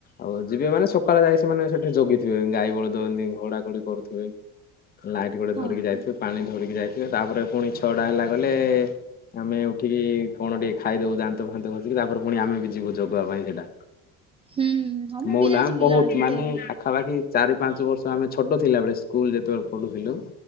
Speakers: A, on the left (about 30°); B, on the right (about 20°).
A: ଆଉ ଯିବେ ମାନେ ସକାଳେ ଯାଇ ସେମାନେ ସେଠି ଜଗିଥିବେ ଗାଈ ବଳଦ ଏନ୍ତି ଘଉଡା ଘଉଡି କରୁଥିବେ। ଲାଇଟ୍ ଗୋଟେ
B: ହଁ।
A: ଧରିକି ଯାଇଥିବେ ପାଣି ଧରିକି ଯାଇଥିବେ ତାପରେ ପୁଣି ଛଅଟା ହେଲା ଗଲେ ଆମେ ଉଠିକି କଣ ଟିକେ ଖାଇଦବୁ ଦାନ୍ତ ଫାନ୍ତ ଖସିକି ତାପରେ ପୁଣି ଆମେ ବି ଯିବୁ ଜଗିବା ପାଇଁ ସେଇଟା।
B: ହୁଁ ହୁଁ ହଁ ମୁଁ
A: ମଉଲା
B: ବି ଯାଇଛି ପିଲାବେଳେ
A: ବହୁତ
B: ଗୋଟେ
A: ମାନେ
B: ହୁଁ
A: ପାଖାପାଖି ଚାରି ପାଞ୍ଚ ବର୍ଷ ଆମେ ଛୋଟ ଥିଲାବେଳେ ସ୍କୁଲ ଯେତେବେଳେ ପଢୁଥିଲୁ